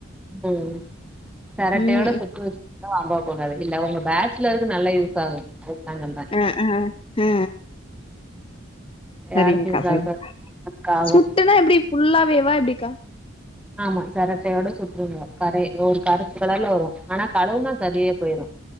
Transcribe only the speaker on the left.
ம்
அ ஆ ஆ ஆ சரிங்க்கா
சரிங்
சுட்டுனா எப்டி ஃபுல்லாவேவா எப்டிக்கா